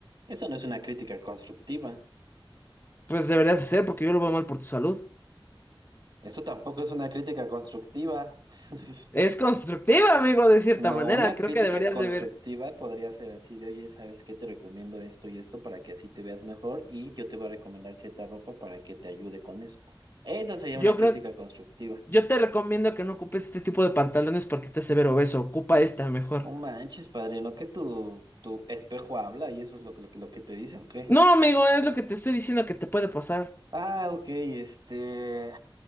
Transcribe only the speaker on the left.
Pues deberías hacer porque yo lo veo mal por tu salud.
Es constructiva, amigo, de cierta
manera.
Creo
que deberías
de ver.
Yo
creo,
yo te recomiendo que no ocupes este tipo de pantalones porque te hace ver obeso. Ocupa esta mejor.
No, amigo, es lo que te estoy diciendo que te puede pasar.